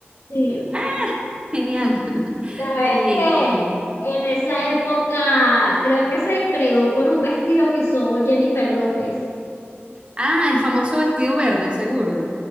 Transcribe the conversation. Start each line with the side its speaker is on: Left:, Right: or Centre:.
Left: Sí.
Right: <laughs> Genial. <laughs>
Left: Sabes
Right: Qué bien,
Left: que
Right: qué bien.
Left: en esa época creo que se creó por un vestido que usó Jennifer López.
Right: Ah, el famoso vestido verde, seguro.